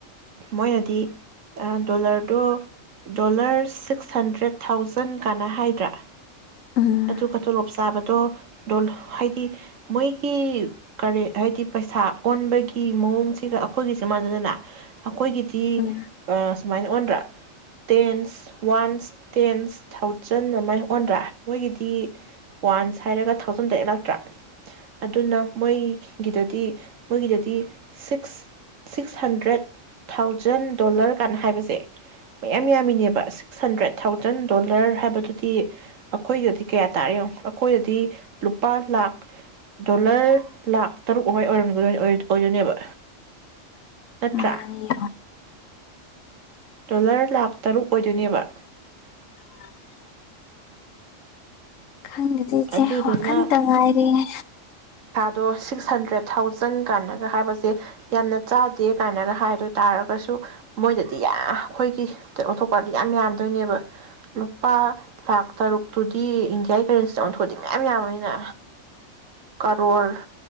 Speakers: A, on the right; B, on the left.
A: ꯃꯣꯏꯅꯗꯤ ꯗꯣꯂꯔꯗꯣ ꯗꯣꯂꯔ ꯁꯤꯛꯁ ꯍꯟꯗ꯭ꯔꯦꯠ ꯊꯥꯎꯖꯟ ꯀꯥꯟꯅ ꯍꯥꯏꯗ꯭ꯔꯥ
B: ꯎꯝ
A: ꯑꯗꯨꯒ ꯇꯣꯂꯣꯞ ꯆꯥꯕꯗꯣ ꯗ ꯍꯥꯏꯗꯤ ꯃꯣꯏꯒꯤ ꯀꯔꯤ ꯍꯥꯏꯗꯤ ꯄꯩꯁꯥ ꯑꯣꯟꯕꯒꯤ ꯃꯑꯣꯡꯁꯤꯒ ꯑꯩꯈꯣꯏꯒꯤ ꯁꯦ ꯃꯥꯟꯅꯗꯅ ꯑꯩꯈꯣꯏꯒꯤ
B: ꯎꯝ
A: ꯁꯨꯃꯥꯏꯅ ꯑꯣꯟꯗ꯭ꯔꯥ ꯇꯦꯟꯁ ꯋꯥꯟꯁ ꯇꯦꯟꯁ ꯊꯥꯎꯖꯟ ꯑꯃ ꯑꯣꯟꯗ꯭ꯔꯥ ꯃꯣꯏꯒꯤꯗꯤ ꯋꯥꯟꯁ ꯍꯥꯏꯔꯒ ꯊꯥꯎꯖꯟꯗ ꯑꯦꯂꯥꯛꯇ꯭ꯔꯥ ꯑꯗꯨꯅ ꯃꯣꯏ ꯒꯤꯗꯗꯤ ꯃꯣꯏꯒꯤꯗꯗꯤ six six hundred trade thousand dollar ꯀꯥꯟꯅ ꯍꯥꯏꯕꯁꯦ ꯃꯌꯥꯝ ꯌꯥꯝꯃꯤꯅꯦꯕ ꯁꯤꯛꯁ ꯍꯟꯗ꯭ꯔꯦꯠ ꯊꯥꯎꯖꯟ ꯗꯣꯂꯔ ꯍꯥꯏꯕꯗꯨꯗꯤ ꯑꯩꯈꯣꯏꯒꯗꯤ ꯀꯌꯥ ꯇꯥꯔꯤꯦꯣ ꯑꯩꯈꯣꯏꯗꯗꯤ ꯂꯨꯄꯥ ꯂꯥꯛ ꯗꯣꯂꯔ ꯂꯥꯛ ꯇꯔꯨꯛ ꯑꯃꯥꯏ ꯑꯣꯏꯔꯝꯒꯗ ꯑꯣꯏꯗꯣꯏꯅꯦꯕ ꯅꯠꯇ꯭ꯔꯥ
B: ꯃꯥꯅꯤ
A: ꯗꯣꯂꯔ ꯂꯥꯛꯈ ꯇꯔꯨꯛ ꯑꯣꯏꯗꯣꯏꯅꯦꯕ
B: <inaudible> ꯈꯪꯗꯗꯦ ꯏꯆꯦ
A: ꯑꯗꯨꯗꯨꯅ
B: ꯋꯥꯈꯟꯇ ꯉꯥꯏꯔꯦꯦ
A: ꯑꯗꯣ ꯁꯤꯛꯁ ꯍꯟꯗ꯭ꯔꯦꯠ ꯊꯥꯎꯖꯟ ꯀꯥꯏꯅꯒ ꯍꯥꯏꯕꯁꯦ ꯌꯥꯝꯅ ꯆꯥꯗꯦ ꯀꯥꯏꯅꯒ ꯍꯥꯏꯗ ꯇꯥꯔꯒꯁꯨ ꯃꯣꯏꯗꯗꯤ ꯌꯥꯝ ꯑꯩꯈꯣꯏꯒꯤ ꯑꯣꯟꯊꯣꯛꯄꯥꯟꯗꯤ ꯌꯥꯝ ꯌꯥꯝꯗꯣꯏꯅꯦꯕ ꯅꯨꯨꯄꯥ ꯂꯥꯛ ꯇꯔꯨꯛꯇꯨ ꯁꯤ ꯏꯟꯗꯤꯌꯥꯒꯤ ꯀꯔꯦꯟꯁꯤꯗ ꯑꯃꯟꯊꯣꯛꯗꯤ ꯃꯌꯥꯝ ꯌꯥꯝꯕꯅꯤꯅ ꯀꯔꯣꯔ